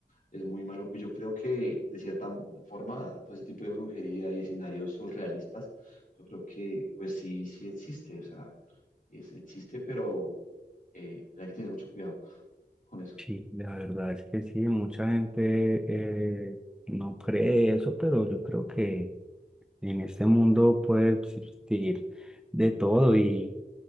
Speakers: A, on the left (about 45°); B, in the centre.
A: es muy malo. Yo creo que de cierta forma todo ese tipo de brujería y escenarios surrealistas, yo creo que pues sí, sí existe. O sea, es- existe, pero eh, hay que tener mucho cuidado con eso.
B: Sí, la verdad es que sí, mucha gente eh, no cree eso, pero yo creo que en este mundo puede existir de todo y